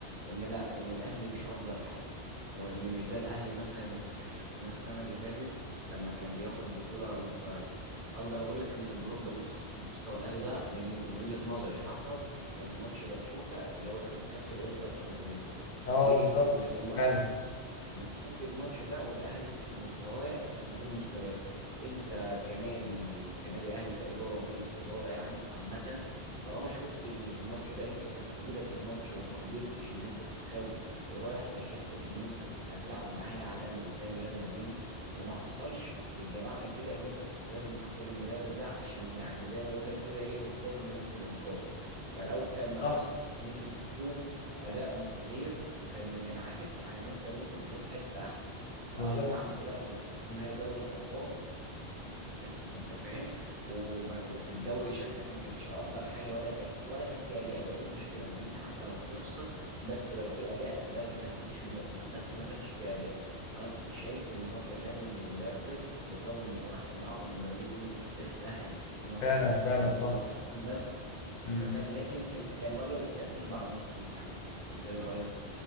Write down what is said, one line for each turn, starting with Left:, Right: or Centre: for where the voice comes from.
Right: ان لا ان الاهلي مش افضل حاجه وان مش ده الاهلي مثلا اللي احنا شفناه السنه اللي فاتت لما كان بياخد بطوله من الترجي اقدر اقول لك ان الدروب اللي حصل في مستوى الاهلي ده من وجهه نظري حصل من ماتش باتشوكا اللي هو كان في كاس الانتر كونتيننتال
Left: اه
Right: ليه؟
Left: بالظبط
Right: لان من وقت
Left: فعلا
Right: من ناحية الماتش ده والاهلي في مستواه في نزول مستمر انت كنادي كنادي اهلي كاداره ومجلس اداره يعني عامه طالما شفت ان في الماتش ده انت كان في ايدك الماتش وما قدرتش ان انت تكسبه ورايح لحته ان انت كنت هتلعب نهائي عالمي قدام ريال مدريد وما حصلش يبقى معنى كده ان انت كنت لازم تقيل المدرب ده عشان يعني زي ما يقول لك كده ايه انقاذ ما يمكن انقاذه فلو كان ده
Left: صح
Right: حصل كنت ممكن اداء م- غير وكان ينعكس على ان انت ممكن تروح حته احلى آه،
Left: بالظبط
Right: اي نعم طلعت من نهائي دوري الابطال انت انت فاهم وما- وفي الدوري شكلك ما كانش افضل حاجه ولا ك... ولا كان في اداء وهي دي المشكله ان انت حتى لو هتخسر بس لو في اداء ده كان هيكون شيء مقنع بس ما كانش في اداء فانا كنت شايف ان هو كان لازم مدرب بالرغم انه واحد من اعظم المدربين اليوم في تاريخ الاهلي فكره ان هو حقق
Left: فعلا
Right: 11
Left: فعلا
Right: بطوله
Left: صح
Right: في سنتين بس
Left: مم.
Right: انت فاهم لكن كان كان وجب التغيير بعد ماتش ماتشوك انت ايه رايك؟